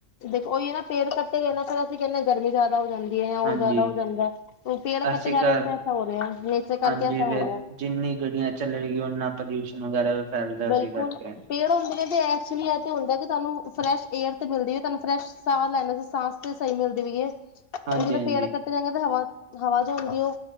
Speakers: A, on the left; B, on the right.
A: ਦੇਖੋ, ਓਹੀ ਨਾ, ਪੇੜ ਕੱਟੇ ਗਏ ਨਾ ਫੇਰ ਅਸੀਂ ਕਹਿੰਦੇ ਗਰਮੀ ਜਿਆਦਾ ਹੋ ਜਾਂਦੀ। ਜਾਂ ਓਹ
B: ਹਾਂਜੀ
A: ਜਿਆਦਾ ਹੋ ਜਾਂਦੈ, ਉਹ ਪੇੜ
B: ਅਸੀਂ
A: ਕੱਟੇ ਜਾ
B: ਘਰ
A: ਰਹੇ ਨੇ ਤੇ ਐਸਾ ਹੋ ਰਿਆ, ਨੇਚਰ ਕਰਕੇ
B: ਹਾਂਜੀ
A: ਐਸਾ ਹੋ
B: ਫ
A: ਰਿਐ।
B: ਜਿੰਨੀ ਗੱਡੀਆਂ ਚੱਲਣਗੀਆਂ ਓਨਾ ਪੋਲਿਊਸ਼ਨ ਵਗੈਰਾ ਫੈਲਦਾ
A: ਬਿਲਕੁਲ,
B: ਸੀ ਕਰਕੇ
A: ਪੇੜ ਹੋਂਦੇ ਨੇ ਤੇ ਐਕਚੂਲੀ ਅੱਜ ਹੁੰਦਾ ਕਿ ਤੁਹਾਨੂੰ ਫਰੈਸ਼ ਏਅਰ ਤੇ ਮਿਲਦੀ ਏ। ਤੁਹਾਨੂੰ ਫਰੈਸ਼ ਸਾਹ ਲੈਨ ਲਈ ਸਾਂਸ ਤੇ ਸਈ ਮਿਲਦੀ ਵੀ ਏ। ਕੁੜੁਪਏਲ
B: ਹਾਂਜੀ ਹਾਂਜੀ
A: ਕੱ <unintelligible> ਫਿਰ ਐਵੇਂ ਤੇ ਹਵਾ, ਹਵਾ ਜਾਂਦੀ ਏ,